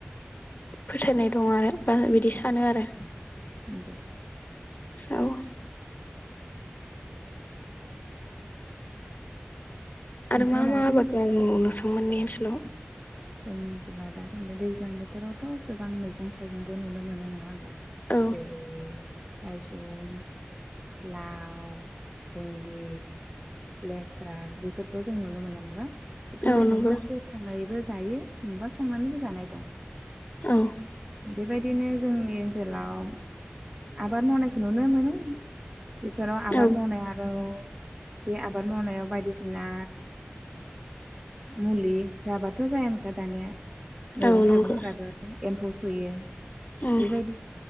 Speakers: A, on the left; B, on the right.
A: फोथायनाय दं आरो बा बिदि सानो आरो।
B: नंगौ।
A: औ।
B: नोंथाङा
A: आरो मा
B: माबाफोर
A: मा आबाद नुनो सा मोननि ओनसोलाव
B: जोंनि ओनसोलाव दासान्दि दैज्लां बोथोरावथ' गोबां मैगं थाइगंबो नुनो मोनो नङा होनबा।
A: औ
B: जेरै लायसुं लाव भेन्दि लेसथ्रा बेफोरखौ जों नुनो मोनो नङा। बेफोर
A: औ
B: मैगंखौथ
A: नंगौ
B: गोथाङैबो जा जायो नबा संनानैबो जानाय दं
A: औ
B: बेबायदिनो जोंनि ओनसोलाव आबाद मावनायखौ नुनो मोनो बेफोराव आबाद
A: औ
B: मावनाय आरो बे आबाद मावनायाव बायदिसिना मुलि राबाद थ' जायानोखा दानिया मैगं
A: औ
B: थाइगंफोराबो
A: नंगौ
B: एम्फौ सुयो
A: उम
B: बेबायदि